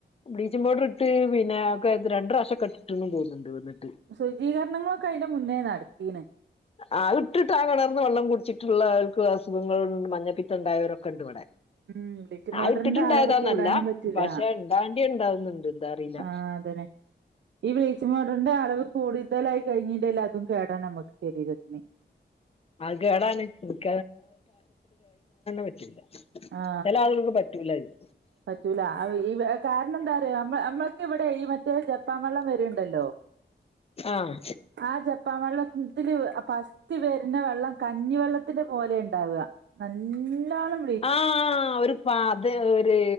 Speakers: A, on the left; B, on the right.
A: ബ്ലീച്ചിങ്ങ് പൗഡറിട്ട് പിന്നെ ക്കേത് രണ്ടു പ്രശം കെട്ടിട്ട്ന്നും പോന്ന്ണ്ട് വന്നിട്ട്
B: ശുചീകരണങ്ങളൊക്കെ അയിന്റെ മുന്നേ നടത്തിന്
A: ആഹ് ഇട്ടിട്ട് ആ കെണറ്ന്ന് വള്ളം കുടിച്ചിട്ടുള്ള ആൾക്ക് അ സുഖങ്ങൾണ്ട് മഞ്ഞപ്പിത്തണ്ടായവരൊക്കെ ഒണ്ടിവടെ
B: ഉം ബ്ലീച്ചിങ് പൗഡറിന്റെ
A: ആയിട്ടിട്ട് ഇണ്ടായതാന്നല്ല
B: അളവ് കൂടാനും പറ്റൂല
A: പഷേ ഇണ്ടാണ്ടിയെ ഇണ്ടാവുന്ന്ണ്ട്ന്ന് അതറിലാ
B: ആ അതന്നെ ഈ ബ്ലീച്ചിങ് പൗഡറിന്റെ അളവ് കൂടിതലായി കഴിഞ്ഞിട്ട് എല്ലാതും കേടാ നമ്മക്ക് ശരീരത്തിന്
A: അത് കേടാണ് <unintelligible> പറ്റുല
B: ആ
A: ചെല ആളുകൾക്ക് പറ്റൂല്ല ഇത്
B: പറ്റൂല ഈ കാരണം എന്താ അറ്യോ നമ്മ നമ്മളക്ക ഇവടെ ഈ മറ്റേ ജപ്പാ വള്ളം വര്ണ്ടല്ലോ
A: ആഹ്
B: ആ ജപ്പാ വള്ളത്തില് അപ്പ കുത്തി വര്ണ വെള്ളം കഞ്ഞിവെള്ളത്തിന്റെ പോലെ ഇണ്ടാവുക നല്ലോനം
A: ആഹ് ഒരു പതേ ഒര്